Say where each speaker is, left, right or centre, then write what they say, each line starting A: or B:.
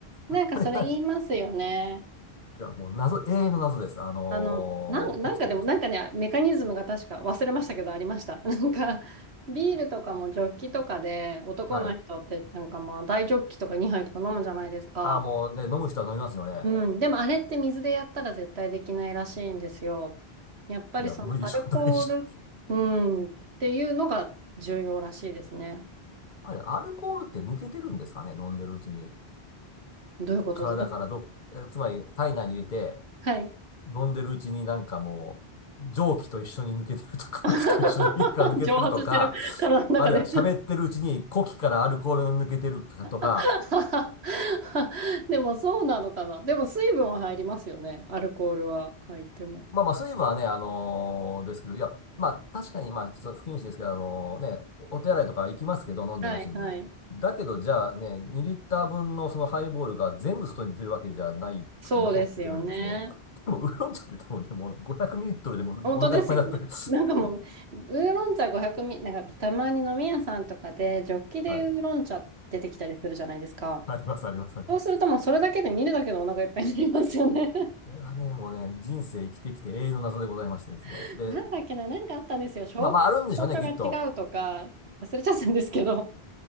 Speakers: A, on the left; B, on the right.
A: <laughs>
B: なんかそれ言いますよね。
A: あれは、いや、もう謎、永遠の謎です。あのー生きてる。
B: あの、なん、なんかでも、なんかね、メカニズムが確か忘れましたけど、ありました。<laughs> なんか、ビールとかもジョッキとかで、男の人ってなんかまあ、
A: はい。
B: 大ジョッキとか2杯とか飲むじゃないですか。
A: あー、もうね、飲む人は飲みますよね。
B: うん、でもあれって水でやったら絶対できないらしいんですよ。やっぱりそのアルコール、
A: いや、無理でしょ、<laughs> 大丈夫。
B: うん、っていうのが重要らしいですね。
A: あれ、アルコールって抜けてるんですかね、飲んでるうちに。
B: どういうことで、
A: 体からどっ、
B: ど、
A: つまり体内に入れて、
B: <laughs> はい。
A: 飲んでるうちになんかもう、蒸気と一緒に抜けてると、空気と一緒に皮膚が抜けてるとか、
B: <laughs> 蒸発してる体の中で
A: あるいは喋ってるうちに呼気からアルコールが抜けてるかとか、
B: <laughs> でもそうなのかな。でも水分は入りますよね。アルコールは入っても。
A: まあまあ、水分はね、あのーですけど、いや、まあ確かに、まあ、ちょっと不謹慎ですけど、あのーね、おお手洗いとか行きますけど、飲んでるうちに。
B: はいはい。
A: だけど、じゃあね、2リッター分のそのハイボールが全部外に出るわけじゃないくて残ってるんですね。
B: そうですよね。
A: でも、ウーロン茶って多分ね、もう500ミリリットルでもうお腹いっぱいになってる。
B: 本当ですよね。なんかもう、
A: <laughs>
B: ウーロン茶500ミリ、なんかたまに飲み屋さんとかで、ジョッキでウーロン茶出てきたりするじゃないですか。
A: はい。あります、あります、あります。
B: そうするともうそれだけで見るだけでお腹いっぱいになりますよね。
A: これはね、もうね、人生生きてきて永遠の謎でございましてですね。
B: <laughs>
A: で、
B: なんだっけな、なんかあったんですよ。紹介場所が違うとか、
A: まあまあ、あるんでしょうね、きっと。
B: 忘れちゃったんですけど。